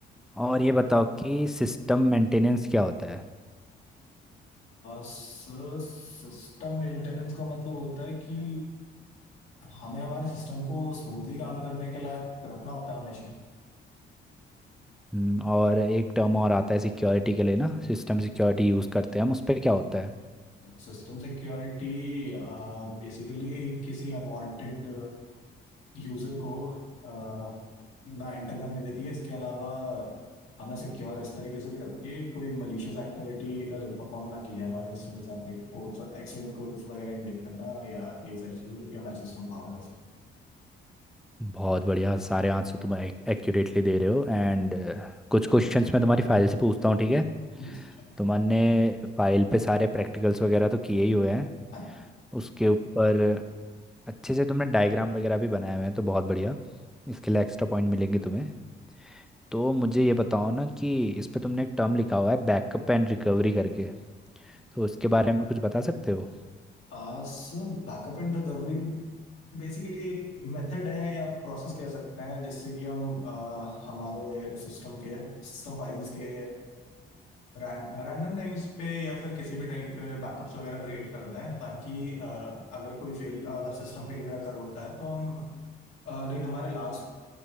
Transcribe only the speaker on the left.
सर सिस्टम मेंटेनेंस का मतलब होता है कि हमें हमारे सिस्टम को स्मूथली काम करने के लायक रखना होता है हमेशा
जी
सिस्टम सिक्योरिटी बेसिकली किसी अनवांटेड यूजर को अ, ना एंटर करने देती है इसके अलावा हमें सिक्योर इस तरीके से भी रखती है कि कोई मलिशियस एक्टिविटी लाइक परफॉर्म ना की जाए हमारे सिस्टम के साथ लाइक कोड्स एक्सटर्नल कोड्स वगैरह इंजेक्ट करना या ये सारी चीजें जो कि हमारे सिस्टम को हार्म कर
सकते हैं
हाँ
आ, सो बैकअप एंड रिकवरी बेसिकली एक मेथड है या प्रोसेस कह सकते हैं जिससे कि हम अ, हमारे सिस्टम के सिस्टम फाइल्स के रैंडम टाइम्स पे या फिर किसी भी टाइम पे बैकअप्स वगैरह क्रिएट करते हैं ताकि अ, अगर कोई फेल अगर सिस्टम फेलियर अगर होता है तो हम लाइक हमारे लास्ट